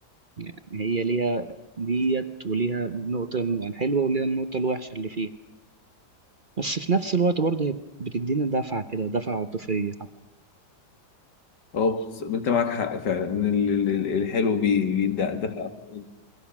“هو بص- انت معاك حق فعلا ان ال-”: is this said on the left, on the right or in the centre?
Left